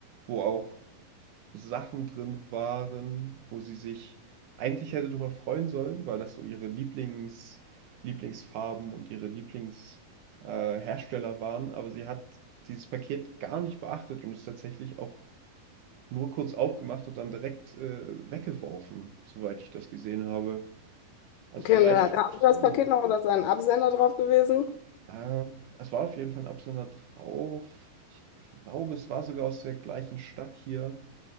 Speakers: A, on the right; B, on the left.
A: wo auch Sachen drin waren, wo sie sich eigentlich hätte darüber freuen sollen, weil das so ihre Lieblings, Lieblingsfarben und ihre Lieblings, äh, Hersteller waren. Aber sie hat dieses Paket gar nicht beachtet und es tatsächlich auch nur kurz aufgemacht und dann direkt, äh, weggeworfen, soweit ich das gesehen habe. Also
B: Okay,
A: vielleicht,
B: und dann hat haben
A: so,
B: Sie das Paket noch, oder ist da ein Absender drauf gewesen?
A: ähm, es war auf jeden Fall ein Absender drauf. Ich glaube, es war sogar aus der gleichen Stadt hier.